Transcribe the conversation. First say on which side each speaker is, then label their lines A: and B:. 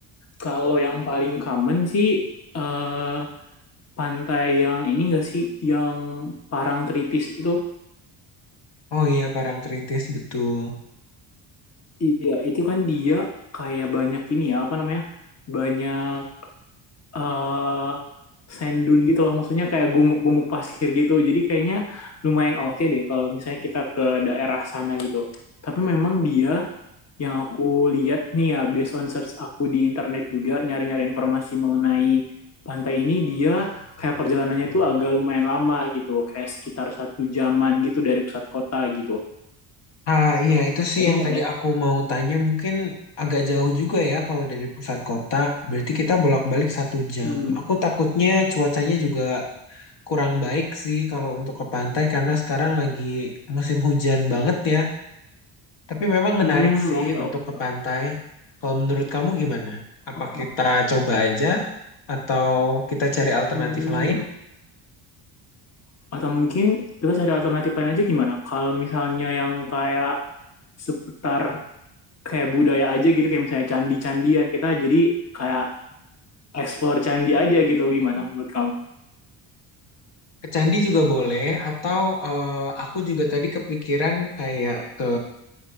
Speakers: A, on the left; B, on the left.
A: kalau yang paling common sih eh pantai yang ini enggak sih yang Parangtritis itu.
B: Oh iya, Parangtritis, betul.
A: Iya, itu kan dia kayak banyak ini ya, apa namanya? Banyak eh sand dune gitu loh maksudnya kayak gumuk-gumuk pasir gitu jadi kayaknya lumayan oke deh kalau misalnya kita ke daerah sana gitu tapi memang dia yang aku lihat nih ya based on search aku di internet juga nyari-nyari informasi mengenai pantai ini dia kayak perjalanannya tuh agak lumayan lama gitu kayak sekitar satu jaman gitu dari pusat kota gitu
B: Ah iya, itu sih
A: tapi
B: yang
A: nggak
B: tadi
A: apa-apa.
B: aku mau tanya. Mungkin agak jauh juga ya kalau dari pusat kota. Berarti kita bolak-balik satu jam.
A: Hmm.
B: Aku takutnya cuacanya juga kurang baik sih kalau untuk ke pantai karena sekarang lagi musim hujan banget ya. Tapi memang
A: Hmm,
B: menarik sih
A: oke oke
B: untuk ke pantai. Kalau menurut kamu gimana? Apa
A: oke.
B: kita coba aja atau kita cari alternatif
A: Hmm,
B: lain?
A: Atau mungkin kita cari alternatif lain aja gimana? Kalau misalnya yang kayak seputar kayak budaya aja gitu, kayak misalnya candi-candian, kita jadi kayak explore candi aja gitu, gimana menurut kamu?
B: Ke candi juga boleh atau eh, aku juga tadi kepikiran kayak ke